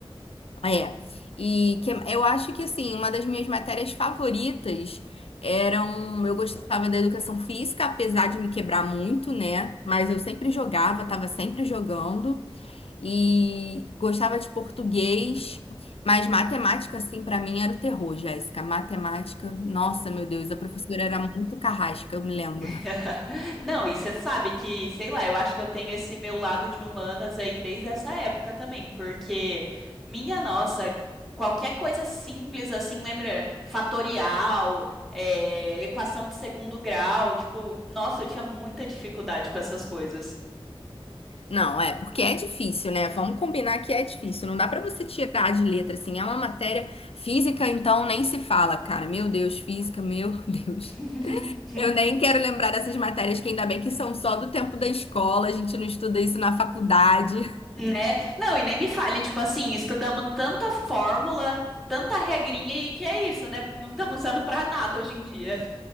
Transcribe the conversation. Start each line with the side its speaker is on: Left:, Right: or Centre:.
Left: É. E que, eu acho que, assim, uma das minhas matérias favoritas eram. Eu gostava da educação física, apesar de me quebrar muito, né? Mas eu sempre jogava, estava sempre jogando. e gostava de português, mas matemática, assim, pra mim era o terror, Jéssica. Matemática, nossa, meu Deus, a professora era muito carrasca, eu me lembro.
Centre: <laughs> Não, e você sabe que, sei lá, eu acho que eu tenho esse meu lado de humanas aí desde essa época também, porque, minha nossa, qualquer coisa simples assim, lembra? Fatorial, é, equação de segundo grau, tipo, nossa, eu tinha muita dificuldade com essas coisas.
Left: Não, é, porque é difícil, né? Vamos combinar que é difícil, não dá pra você tirar de letra, assim, é uma matéria física, então nem se fala, cara. Meu Deus, física, meu <laughs> Deus.
Centre: <laughs>
Left: Eu nem quero lembrar dessas matérias que ainda bem que são só do tempo da escola, a gente não estuda isso na faculdade.
Centre: Né? Não, e nem me fale, tipo assim, estudamos tanta fórmula, tanta regrinha e que é isso, né? Não estamos usando pra nada hoje em dia.